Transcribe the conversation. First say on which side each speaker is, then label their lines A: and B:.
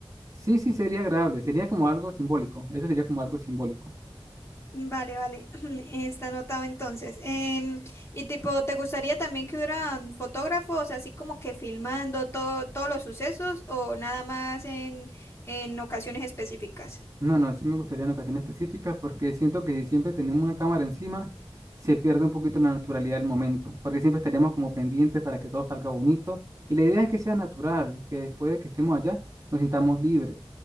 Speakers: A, on the right; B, on the left.
A: sí, sí sería agradable, sería como algo simbólico, eso sería como algo simbólico.
B: Vale, vale. <clears throat> Está anotado entonces. Em, y tipo, ¿te gustaría también que hubieran fotógrafos así como que filmando todo, todos los sucesos o nada más en, en ocasiones específicas?
A: No, no, sí me gustaría en ocasiones específicas porque siento que si siempre tenemos una cámara encima, se pierde un poquito la naturalidad del momento, porque siempre estaríamos como pendientes para que todo salga bonito. Y la idea es que sea natural, que después de que estemos allá nos sintamos libres.